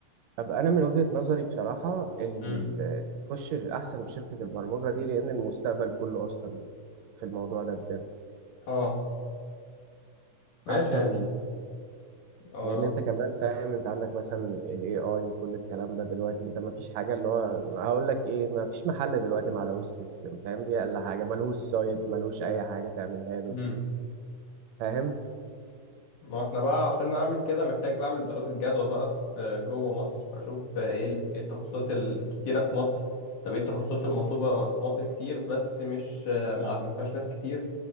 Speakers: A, on the right; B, on the left.
A: طب أنا من وجهة نظري بصراحة ال-
B: امم
A: خش أحسن في شركة البرمجة دي لأن المستقبل كله أصلا في الموضوع ده بجد
B: اه ماشي
A: أحسن
B: يعني اه
A: لان
B: لو
A: انت كمان فاهم انت عندك مثلا الاي اي وكل الكلام ده دلوقتي انت ما فيش حاجه اللي هو هقول لك ايه ما فيش محل دلوقتي ما عليهوش سيستم فاهم دي اقل حاجه ملهوش سايت ملهوش اي حاجه تعملها له
B: مم.
A: فاهم
B: ما احنا بقى عشان نعمل كده محتاج بعمل دراسة جدوى بقى في جوه مصر اشوف ايه ال- إيه التخصصات الكتيرة في مصر طب ايه التخصصات المطلوبة في مصر كتير بس مش ما ما فيهاش ناس كتير